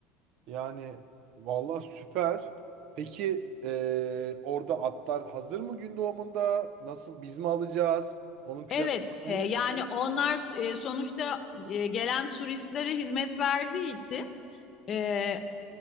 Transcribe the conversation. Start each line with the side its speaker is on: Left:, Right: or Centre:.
Right: Yani valla süper. Peki ee, orada atlar hazır mı gün doğumunda? Nasıl biz mi alacağız? Onun planı
Left: Evet,
Right: programı
Left: e, yani
Right: ne?
Left: onlar e, sonuçta e, gelen turistlere hizmet verdiği için Ee,